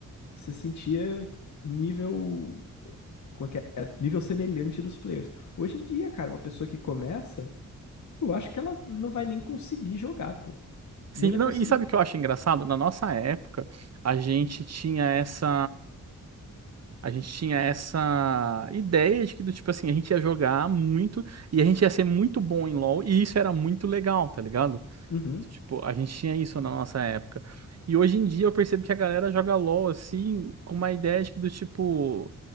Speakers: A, on the left (about 60°); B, on the right (about 50°).
A: você sentia nível. Como é que era? Nível semelhante dos players. Hoje em dia, cara, uma pessoa que começa. Eu acho que ela não vai nem conseguir jogar, pô. Nem
B: Sim,
A: vai
B: não,
A: conseguir.
B: e sabe o que eu
A: Tipo,
B: acho engraçado? Na nossa época, a gente tinha essa. A gente tinha essa ideia de que, do tipo assim, a gente ia jogar muito e a gente ia ser muito bom em LoL, e isso era muito legal, tá ligado?
A: uhum.
B: Tipo, a gente tinha isso na nossa época. E hoje em dia eu percebo que a galera joga LoL assim, com uma ideia de que do tipo.